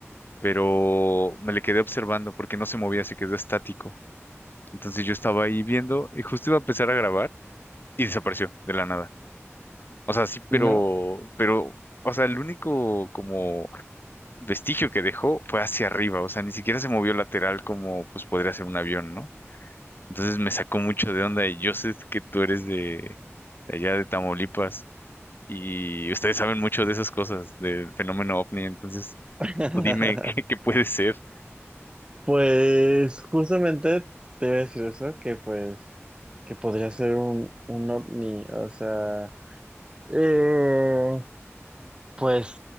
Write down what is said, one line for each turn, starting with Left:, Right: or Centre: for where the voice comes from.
Left: pero me le quedé observando porque no se movía, se quedó estático. Entonces yo estaba ahí viendo y justo iba a empezar a grabar y desapareció de la nada. O sea, sí, pero,
Right: No,
Left: pero, o sea, el único como vestigio que dejó fue hacia arriba, o sea, ni siquiera se movió lateral como pues podría ser un avión, ¿no? Entonces me sacó mucho de onda y yo sé que tú eres de, de allá de Tamaulipas y ustedes saben mucho de esas cosas, del fenómeno ovni, entonces
Right: <laughs>
Left: tú dime <laughs> qué, qué puede ser.
Right: Pues justamente te iba a decir eso, que pues, que podría ser un, un ovni, o sea, eh, pues